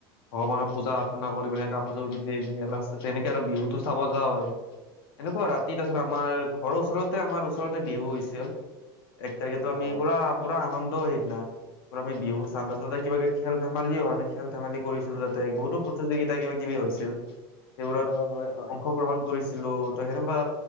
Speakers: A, on the left (about 85°); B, on the left (about 35°).
A: ভগৱানত পূজা অৰ্চনা কৰি পিনে কাপোৰ চাপোৰ পিন্ধি মেলাছে তেনেকে আৰু বিহুতো চাব যাওঁ আৰু এনেকুৱা আৰু তাৰপাছত
B: উম উম
A: আমাৰ ঘৰৰওচৰতে আমাৰ ওচৰতে বিহু হৈছিল এক তাৰিখেতো
B: অ
A: আমি পুৰা পুৰা আনন্দ হিতনা আমি বিহু চাওতে চাওতে বা খেল ধেমালও হয় আমি খেল ধেমালি কৰিছিলো তাতে বহুতো প্ৰতিযোগিতা কিবা জৱ হৈছিল সেইবোৰত
B: অ হয় হয়
A: অংশগ্ৰহণ কৰিছিলো ত' সেনেকুৱা